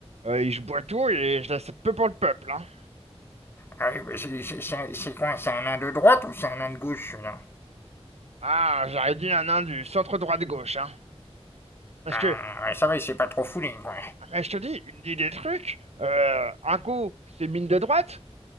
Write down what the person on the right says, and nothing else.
euh, il- je bois tout et je laisse peu pour le peuple. Hein.
Ah, j'aurais dit un nain du centre droit de gauche. Hein. Parce
que...
Eh, je te dis, il dit des trucs. euh, un coup, c'est mine de droite,